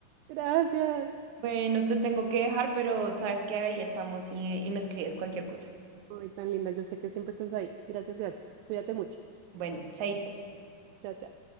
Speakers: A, on the right (about 80°); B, on the right (about 65°).
A: Gracias.
B: Bueno, te tengo que dejar, pero sabes que ahí estamos y, y me escribes cualquier cosa.
A: Ay, tan linda. Yo sé que siempre estás ahí. Gracias, gracias. Cuídate mucho.
B: Bueno, chaito.
A: Chao, chao.